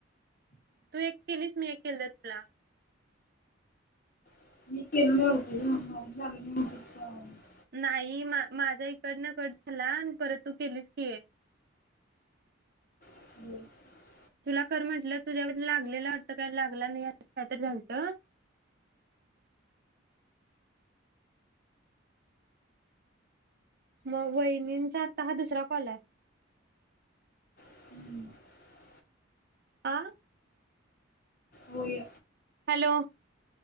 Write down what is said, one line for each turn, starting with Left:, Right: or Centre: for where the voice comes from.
Right: तू एक केलीस मी एक केलता तुला.
Left: <unintelligible>
Right: नाही मा माझा इकडन कट झाला परत तू केलीस की एक. <unintelligible>
Left: <unintelligible>
Right: तुला कर म्हंटलं, तुझ्याकडन लागलेला वाटतं का लागला नाही असं कायतरी झालत. <inaudible> मग वहिनींचा, आत्ता हा दुसरा कॉल आहे.
Left: <inaudible>
Right: आ,
Left: होय,
Right: हॅलो